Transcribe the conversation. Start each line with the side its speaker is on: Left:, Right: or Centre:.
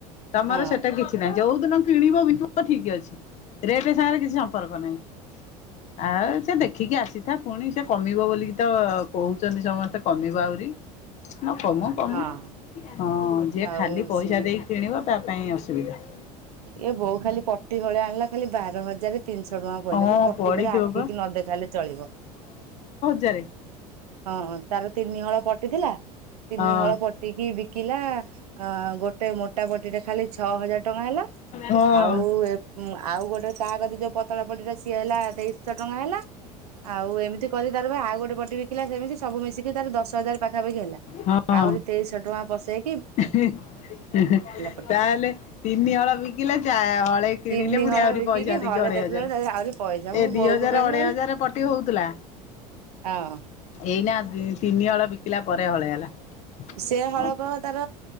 Left: ତମର
Right: ହଁ।
Left: ସେଟା କିଛି ନାହିଁ ଯୋଉ ଦିନ କିଣିବ ବ ବିକି- ହ ଠିକ ଅଛି ରେପେ ସାଙ୍ଗରେ କିଛି ସମ୍ପର୍କ ନାହିଁ। ଆଉ ସେ ଦେଖିକି ଆସିଥା ପୁଣି ସେ କମିବ ବୋଲିକି ତ କହୁଛି। ଛନ୍ତି ସମସ୍ତେ କମିବ ଆହୁରି। ହଁ କମୁ କମୁ
Right: ହଁ
Left: ହଁ ଯିଏ
Right: ଆଉ
Left: ଖାଲି ପଇସା
Right: ଶୁ
Left: ଦେଇକି କିଣିବ ତା ପାଇଁ ଅସୁବିଧା।
Right: ଇଏ ବୋଉ ଖାଲି ପଟି ହଳି ଆଣିଲା ଖାଲି ବାର ହଜାର। ତିନିଶହ ଟଙ୍କା ପଇଲା
Left: ହଁ
Right: ସେ ପଟିିବାରେ
Left: ପଡିଥିବ
Right: ଆଖିକି
Left: ପା
Right: ନ ଦେଖାଇଲେ ଚଳିବ।
Left: ଯାରେ
Right: ହଁ ହଁ ତାର ତିନି ହଳ ପଟିଥିଲା ତିନି
Left: ହଁ।
Right: ହଳ ପଟିକି ବିକିଲା। ଅ ଗୋଟେ ମୋଟା ପଟିଟେ ଖାଲି ଛଅ ହଜାର ଟଙ୍କା ହେଲା।
Left: ହଁ
Right: ଆଉ ଏ ଆଉ ଗୋଟେ ତାର ବି ଯୋଉ ପତଳା ପଟିଟା ସିଏ ହେଲା ତେଇଶ ଶହ ଟଙ୍କା ହେଲା। ଆଉ ଏମିତି କରି ତାର ଆଉ ଗୋଟେ ପଟେ ବିକିଲା ସେମିତି ସବୁ ମିଶିକି ତାର ଦଶ ହଜାର ପାଖାପାଖି ହେଲା।
Left: ହଁ
Right: ଆହୁରି ତେଇଶହ ଟଙ୍କା ପସେଇ-
Left: <unintelligible>
Right: ପଟି
Left: ତାହେଲେ ତିନି ହଳ ବିି ବିକିଲା ଯା ହଳେ କିଣିଲେ
Right: ତିନି
Left: ପୁଣି
Right: ହଳ
Left: ଆହୁରି
Right: ବିକିକି
Left: ପଇଷା ଦେଇକି
Right: ହଳେ
Left: ଅଢେଇ
Right: ଦେଖିଲା
Left: ହଜାର
Right: ବେଳକୁ ତା ଦେହରେ ଆହୁରି ପଇସା ମୁଁ
Left: ଏ ଦି
Right: ବୋଉକୁ
Left: ହଜାର
Right: କହିଲି
Left: ଅଢେଇ
Right: ମୁଁ କହିଲି
Left: ହଜାର ପଟି ହୋଉଥିଲା
Right: ହଁ
Left: ଏଇନା ତିନି ହଳ ବିକିଲା ପରେ ହଳେ ହେଲା।
Right: ସେ ହଳକ
Left: ହଁ
Right: ତାର